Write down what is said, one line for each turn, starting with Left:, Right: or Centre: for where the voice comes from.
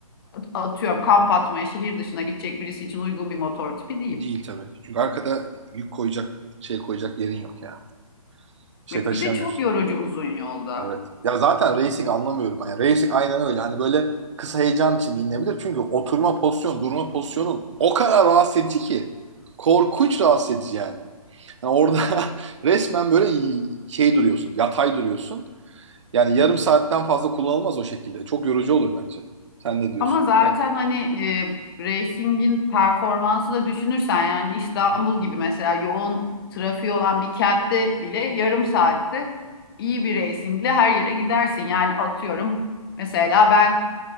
Left: atıyorum kamp atmaya şehir dışına gidecek birisi için uygun bir motor tipi değil.
Right: değil tabii. Çünkü arkada yük koyacak şey koyacak yerin yok yani. Şey
Left: Bir
Right: taşıyamıyorsun.
Left: de çok yorucu uzun yolda.
Right: Evet. Ya zaten racing anlamıyorum ben. Yani racing aynen öyle. Hani böyle kısa heyecan için bilinebilir. Çünkü oturma pozisyon, durma pozisyonun o kadar rahatsız edici ki. Korkunç rahatsız edici yani. Yani orada <laughs> resmen böyle şey duruyorsun, yatay duruyorsun. Yani yarım saatten fazla kullanılmaz o şekilde. Çok yorucu olur bence. Sen ne diyorsun?
Left: Ama zaten
Right: Sen...
Left: hani e, racing'in performansı da düşünürsen yani İstanbul
Right: Hı hı.
Left: gibi mesela yoğun trafiği olan bir kentte bile yarım saatte iyi bir racingle her yere gidersin. Yani atıyorum mesela ben